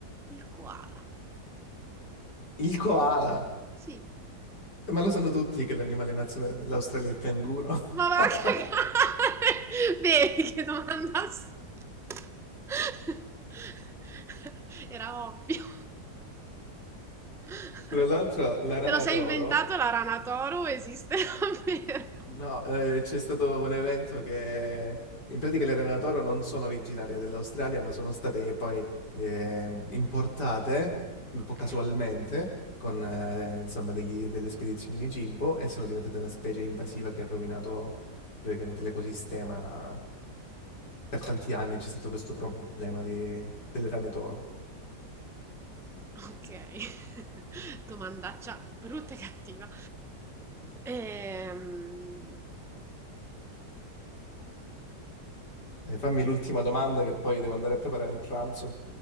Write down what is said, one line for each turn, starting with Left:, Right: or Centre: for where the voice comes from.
Centre: il koala.
Left: Il koala.
Centre: Sì.
Left: Ma lo sanno tutti che l'animale nazionale dell'Australia è il canguro.
Centre: Ma va
Left: <laughs>
Centre: a cagare! <laughs> Vedi che domanda... s- <laughs> Era ovvio. <laughs>
Left: Tra l'altro, la rana
Centre: Te lo sei
Left: toro
Centre: inventato la rana toro? Esiste davvero?
Left: No,
Centre: <laughs>
Left: eh, c'è stato un evento che in pratica le rane da toro non sono originarie dell'Australia, ma sono state poi eh, importate un
Centre: Ok.
Left: po' casualmente con eh, insomma degli- delle spedizioni di cibo e sono diventate una specie invasiva che ha rovinato praticamente l'ecosistema. Per tanti anni c'è stato questo problema di- delle rane toro.
Centre: Okay, <laughs> domandaccia brutta e cattiva. Ehm,
Left: Eh, fammi l'ultima domanda che poi devo andare a preparare il pranzo.